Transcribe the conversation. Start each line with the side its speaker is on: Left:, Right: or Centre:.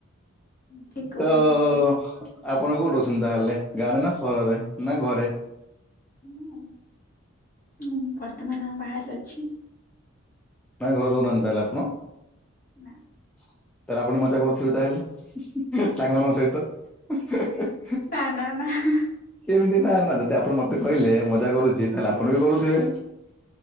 Left: ଠିକ କହୁଛନ୍ତି
Centre: ତ-ଅ-ଅ
Left: ଆପଣ
Centre: ଆପଣ କୋଉଠି ଅଛନ୍ତି ତାହେଲେ ଗାଁରେ ନା ସ ଘରରେ ନା ଘରେ।
Left: ମୁଁ ମୁଁ ବର୍ତ୍ତମାନ ଆ ବାହାରେ ଅଛି।
Centre: ନାଇ ଘରେ ରହୁ ନାହାନ୍ତି ତାହେଲେ ଆପଣ?
Left: ନା।
Centre: ତାହେଲେ ଆପଣ ମଜା କରୁଥିବେ ତାହେଲେ ସାଙ୍ଗମାନଙ୍କ ସହିତ ହିଁ ହିଁ ।
Left: ନା ନା ନା ହିଁ।
Centre: କେମିତି ନା ନା ଯଦି ଆପଣ ମତେ କହିଲେ ମଜା କରୁଛି ତାହେଲେ ଆପଣ ବି କରୁଥିବେ।